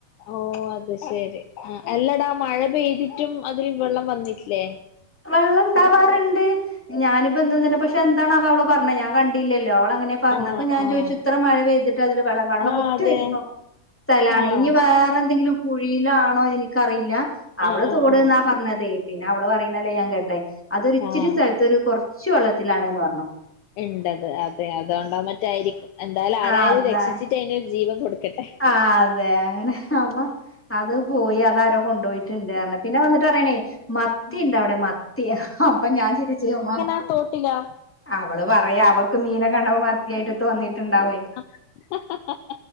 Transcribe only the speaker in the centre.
വെള്ളംണ്ടാവാറ്ണ്ട് ഞാനിപ്പന്നും ന്നലെ പക്ഷെ എന്താണാവോ അവള് പറണ ഹ് ഞാകൺ ടില്ലല്ലോ അവള അങ്ങനെ പർണപ്പ
ഞാൻ
പോയിച്ചു ഇത്ര മഴ പെയ്തിട്ട് അദ്ല് വെള്ളം വെള്ളംകുത്തിഴുകി
പോ സ്ഥലാണ്
ഇഞി വേറെന്തെങ്കിലും കുഴിയിലാണോ എനിക്കറിയില്ല അവള്
തോട്ന്നാ
പറഞ്ഞതെയ് പിന്നെ അവള് പറയുന്ന ല്ലേഞാകേട്ടെ അതൊര്ച്ചിരി
സൽത്തൊരു കൊറച്ച് വള്ളത്തിലാണ് ന്ന് പർണു
ആഹ് അതാ
ആഹ് അതെ അങ്ങനെ അപ്പൊ അത് പോയി അതാരോ കൊണ്ടോയിറ്റ്ണ്ട്ർ ണു പിന്നെ വന്നിട്ട് പറ്യേണേയ് മത്തി
ണ്ടവ്ടെ മത്തി ഹോ പ്പഞാൻ ചിന്തിച് ഒമാ
അവള് പറയാ അവൾക്ക് മീന കണ്ടപ്പോ മത്തിയായിട്ട് തോന്നിട്ടുണ്ടാവോയ്